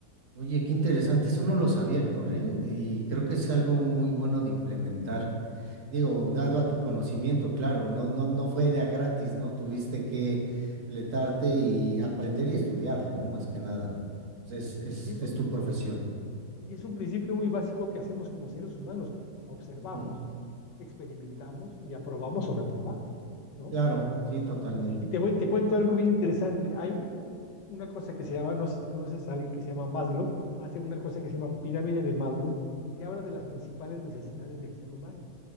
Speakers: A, on the right; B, on the left.
A: Oye, qué interesante. Eso no lo sabía, Héctor, ¿eh? Y creo que es algo muy bueno de implementar. Digo, dado a tu conocimiento, claro, no, no, no fue de a gratis, ¿no? Tuviste que fletarte y aprender y estudiarle, ¿no? Más que nada. Pues es, es,
B: Y es
A: es
B: un,
A: tu profesión.
B: y es un principio muy básico que hacemos como seres humanos. Observamos,
A: Ujú.
B: experimentamos y aprobamos o reprobamos, ¿no?
A: Claro, sí, totalmente.
B: Y te voy, te cuento algo bien interesante. Hay una cosa que se llama, no sé si conoces a alguien que se llama Maslow, hace una cosa que se llama pirámide de Maslow, que habla de las principales necesidades del ser humano.